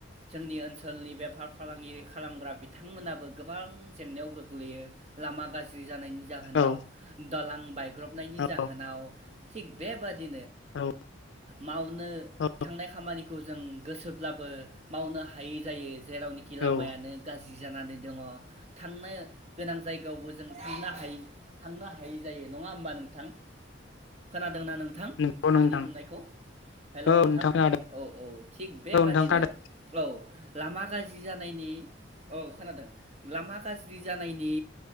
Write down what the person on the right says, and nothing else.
जोंनि ओनसोलनि बेफार फालांगि खालामग्रा बिथांमोनाबो गोबां जेंनायाव गोग्लैयो लामा गाज्रि जानायनि जाहोनाव
दालां बायग्रबनायनि
जाहोनाव थिक बे बादि
मावनो
थांनाय खामानिखौ जों गोसोब्लाबो मावनो हायै जायो जेरावनिखि लामायानो
गाज्रि जि जानानै दङ थांनो गोनां जायगायावबो जों थांनो हायि थांनो हायै जायो नङा होमबा नों नोंथां खोनादोंना नोंथां
आंनि बुंनायखौ हेल'
नोंथां
औ औ थिग बेबादिनो
औ लामा गाज्रि जानायनि औ खोनादों लामा गाज्रि जानायनि